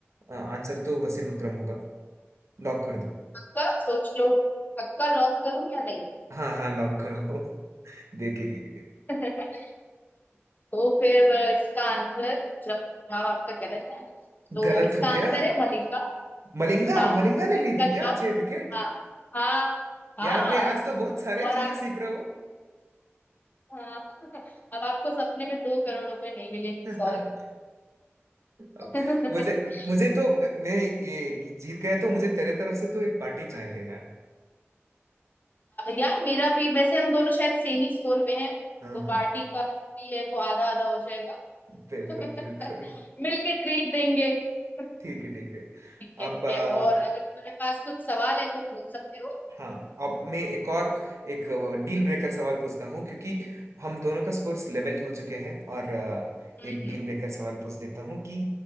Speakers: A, on the right; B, on the left.
A: अ, आंसर तो वसीम अकरम होगा लॉक कर दो
B: पक्का सोच लो पक्का लॉक करूं या नहीं
A: हाँ हाँ लॉक करो <laughs> देखेंगे
B: <laughs> तो फिर अ, इसका आंसर जवाब आपका गलत है तो
A: गलत
B: इसका
A: हूँ क्या
B: आंसर है मलिका
A: मलिंगा
B: हाँ
A: मलिंगा ने
B: इसका
A: ली थी
B: जवाब
A: क्या छह विकेट
B: हाँ हाँ हाँ
A: यार मैं आज तो बहुत सारे
B: और
A: चीजें
B: आप
A: सीख रहा हूँ
B: हाँ <laughs> अब आपको सपने में दो करोड़ रुपए नहीं मिलेंगे सॉरी
A: <laughs>
B: <laughs>
A: अब मुझे मुझे तो मैं ये जीत गया तो मुझे तेरे तरफ से तो एक पार्टी चाहिए यार
B: यार मेरा भी वैसे हम दोनों शायद सेम ही स्कोर पे हैं
A: हाँ
B: तो
A: हाँ
B: पार्टी का जो भी है वो आधा आधा हो जाएगा
A: बिल्कुल
B: <laughs>
A: बिल्कुल
B: मिलके ट्रीट देंगे <laughs>
A: ठीक है ठीक है
B: ठीक है
A: अब
B: ठीक
A: अ,
B: है और अगर तुम्हारे पास कुछ सवाल है तो पूछ सकते हो
A: हाँ अब मैं एक और एक डील ब्रेकर सवाल पूछता हूँ क्योंकि हम दोनों का स्कोर्स लेवल हो चुके हैं और अ,
B: हम्म
A: एक डील
B: हम्म.
A: ब्रेकर सवाल पूछ देता हूँ कि